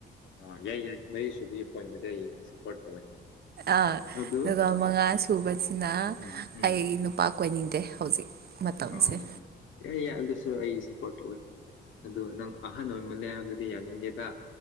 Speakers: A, on the left; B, on the right.
A: ꯑꯥ ꯌꯥꯏ ꯌꯥꯏ ꯃꯔꯤꯁꯨꯨꯕꯒꯤ ꯄꯣꯏꯟꯗꯨꯗꯤ ꯑꯩ ꯁꯞꯄꯣꯔꯠ ꯇꯧꯋꯦ
B: ꯑꯥ
A: ꯑꯗꯨ
B: ꯑꯗꯨꯒ ꯃꯉꯥ ꯁꯨꯕꯁꯤꯅ
A: ꯎꯝ ꯎꯝ
B: ꯑꯩ ꯅꯨꯄꯥ꯫ ꯀꯣꯏꯅꯤꯡꯗꯦ ꯍꯧꯖꯤꯛ꯫ ꯃꯇꯝꯁꯦ
A: ꯑ ꯌꯥ ꯌꯥꯏ ꯑꯗꯨꯁꯨ ꯑꯩ ꯁꯞꯄꯣꯔꯠ ꯇꯧꯋꯤ ꯑꯗꯣ ꯅꯪ ꯑꯍꯟ ꯑꯣꯏꯃꯜꯂꯦ ꯍꯥꯏꯕ ꯑꯗꯨꯗꯤ ꯌꯥꯅꯤꯡꯗꯦꯗ